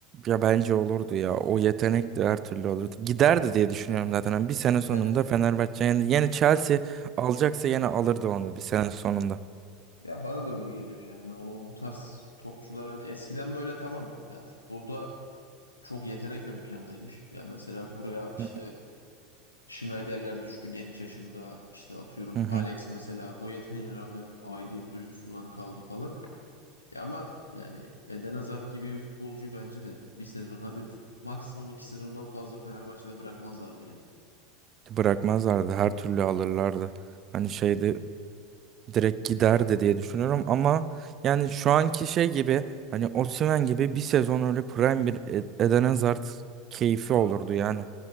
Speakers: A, on the right; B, on the left.
A: Ya bence olurdu ya. O yetenek de her türlü olurdu. Giderdi diye düşünüyorum zaten. Hani bir sene sonunda
B: Yani
A: Fenerbahçe yani, yani Chelsea alacaksa yine alırdı onu bir sene sonunda.
B: Ya bana da öyle geliyor yani o bu tarz topçular hani eskiden böyle tamam yani futbolda çok yetenek ön plandaymış. Ya mesela buraya işte
A: Hı hı.
B: Schneiderler düştü genç yaşında işte atıyorum
A: Hı hı.
B: Alex mesela o yeteneğe rağmen aidiyet duygusundan kaldı falan. Ya ama yani Eden Hazard gibi bir futbolcuyu bence de bir sezon hadi maksimum iki sezondan fazla Fenerbahçe'de bırakmazlardı yani.
A: Bırakmazlardı. Her türlü alırlardı. Hani şeyde direkt giderdi diye düşünüyorum ama yani şu anki şey gibi hani Osimhen gibi bir sezon öyle prime bir e, Eden Hazard keyfi
B: Tabii
A: olurdu yani.